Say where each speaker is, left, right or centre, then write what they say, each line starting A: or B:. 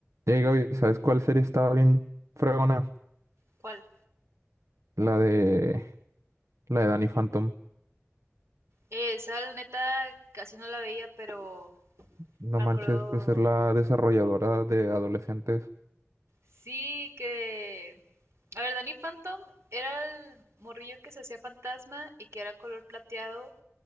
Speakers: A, on the right; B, on the right.
A: Hey Gaby, ¿sabes cuál serie estaba bien fregona?
B: ¿Cuál?
A: La de la de Danny Phantom.
B: Eh, esa la neta casi no la veía, pero
A: No
B: me
A: manches,
B: acuerdo.
A: pues es la desarrolladora de adolescentes.
B: Sí, que. A ver, Danny Phantom era el morrillo que se hacía fantasma y que era color plateado